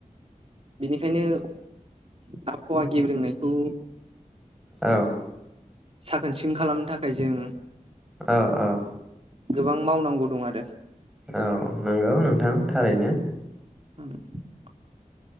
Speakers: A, on the right; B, in the centre.
A: बेनिखायनो आबहावा गेब्रोंनायखौ
B: औ
A: साखोन सिखोन खालामनो थाखाय जों
B: औ-औ
A: गोबां मावनांगौ दं आरो
B: औ नंगौ नोंथां थारैनो।
A: <inaudible>